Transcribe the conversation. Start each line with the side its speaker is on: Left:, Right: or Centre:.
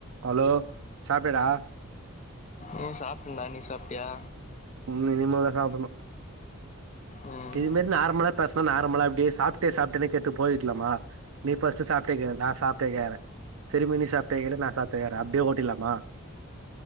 Right: Hello சாப்டியாடா
Left: ம் சாப்டேண்டா நீ சாப்டியா
Right: ம் இனிமே தா சாப்புட்ணு
Left: ம்
Right: இது மாரி நார்லா பேசலா நார்மலா அப்டியே சாப்பிட்டே சாப்பிட்டியானு கேட்டே போயிட்லாமா நீ ஃபர்ஸ்டு சாப்டியா கேளு நா சாப்டியா கேக்குறே திரும்பி நீ சாப்டியா கேளு நா சாப்டியா கேக்கற அப்டியே ஓட்டீடலாமா